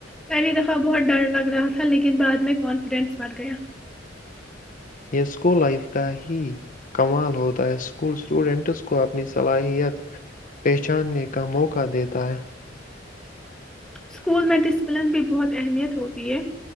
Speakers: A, in the centre; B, on the left.
A: پہلی دفعہ بہت ڈر لگ رہا تھا لیکن بعد میں کانفیڈینس بڑھ گیا
B: یہ اسکول لائف کا ہی کمال ہوتا ہے اسکول اسٹوڈنٹس کو کو اپنی صلاحیت پہچاننے کا موقع دیتا ہے
A: اسکول میں ڈسپلن بھی بہت اہمیت ہوتی ہے